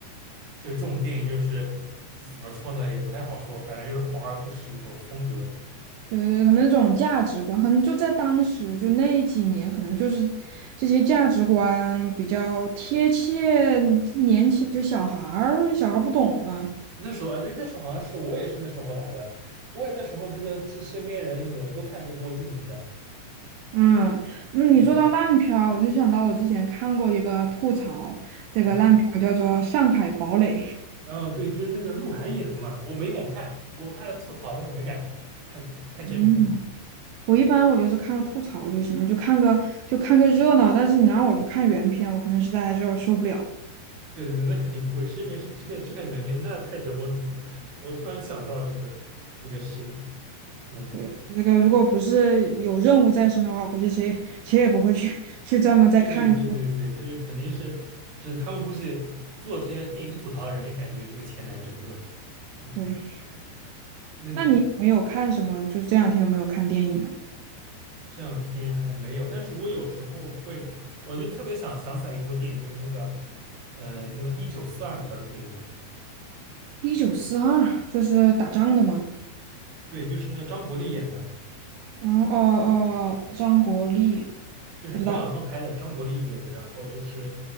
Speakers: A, on the right; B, on the right.
A: 这个这种电影就是这怎么说呢，也不太好说，反正就是华而不实的这种风格。
B: 对对对，可能这种价值观，可能就在当时就那几年，可能就是这些价值观比较贴切年轻，就小孩儿，小孩儿不懂嘛。
A: 那时候啊，对，那时候好像是我也是那时候来的，我也那时候这个这身边人也都看这郭敬明的，
B: 嗯，那你说到烂片儿，
A: 嗯
B: 我就想到我之前看过一个吐槽，这个烂片儿叫做《上海堡垒》。
A: 嗯，然后对，就是那个鹿晗演的嘛，我没敢看，我看了吐槽，但是我没敢看看看正片。
B: 嗯，我一般我就是看个吐槽就行了，就看个就看个热闹。但是你让我去看原片，我可能实在有点受不了。
A: 对对对，那肯定不会，谁没事去看去看圆面，那太折磨自己了。我突然想到这个这个事，嗯，
B: 对，这个如果不是有任务在身的话，估计谁谁也不会去 <laughs> 去专门再看一遍。
A: 对对对对对，就是肯定是，就是他们估计做这些电影吐槽的人也感觉这个钱难挣，对吧？嗯，
B: 对，
A: 那个
B: 那你有没有看什么？就是这两天有没有看电影啊？
A: 这两天还没有，但是我有时候会，我就特别想想起来一部电影，就是那个，嗯、那个一九四二，你知道这部电影吗？
B: 一九四二，就是打仗的吗？
A: 对，就是那个张国立演的，
B: 嗯，哦哦，张国立，
A: 就是冯小刚拍的，
B: 不知道。
A: 张国立演的，然后就是，